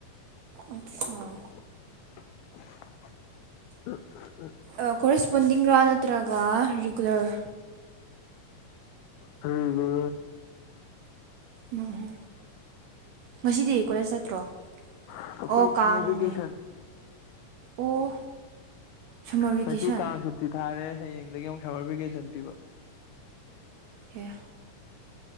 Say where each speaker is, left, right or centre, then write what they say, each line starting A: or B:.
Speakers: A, on the right; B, on the left.
A: ꯑꯠꯆꯥꯥ
B: ꯎꯝ ꯎ ꯎꯝ
A: ꯑ ꯀꯣꯔꯦꯁꯄꯣꯟꯗꯤꯡꯔ ꯅꯠꯇ꯭ꯔꯒ ꯔꯤꯒꯨꯂꯔ
B: ꯔꯤꯒꯨ
A: ꯃꯧ ꯍꯨ ꯉꯁꯤꯗꯤ ꯀꯣꯂꯦꯖ ꯆꯠꯇ꯭ꯔꯣ
B: ꯑꯩꯈꯣꯏ
A: ꯑꯣ
B: ꯁꯝꯃꯔ
A: ꯀꯥꯡꯅꯦ
B: ꯚꯦꯀꯦꯁꯟ
A: ꯑꯣ ꯁꯝꯃꯔ ꯚꯦꯀꯦꯁꯟ
B: ꯉꯁꯤ ꯀꯥꯡ ꯁꯨꯇꯤ ꯊꯥꯔꯦ ꯍꯌꯦꯡꯗꯒꯤ ꯑꯃꯨꯛ ꯁꯝꯃꯔ ꯚꯦꯀꯦꯁꯟ ꯄꯤꯕ
A: ꯑꯦ